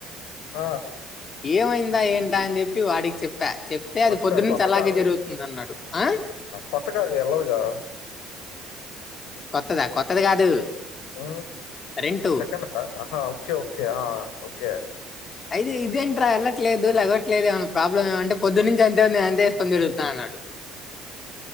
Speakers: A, on the left; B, on the left.
A: హ
B: ఏమైందా ఏంటా అని చెప్పి వాడికి చెప్ ప్పా చెప్తే అది
A: మర్చిపోయా
B: పొద్దునుంచి
A: కొత్త
B: అలాగే
A: కారు.
B: జరుగుతుంది అన్నాడు ఆ
A: కొత్త కారుకి ఎళ్ళదుగా.
B: కొత్తదా కొత్తది కాదు
A: ఉమ్
B: రెంటు
A: సెకండ్ దా ఆహా ఓకే ఓకే ఆ ఓకే
B: అయితే ఇదేంట్రా ఎళ్లట్లేదు లేవట్లేదు ఏమనా ప్రాబ్లమ్ ఏమంటే పొద్దు నుంచి అంతే ఉంది అంతేసుకొని తరుగుతున్నా అన్నాడు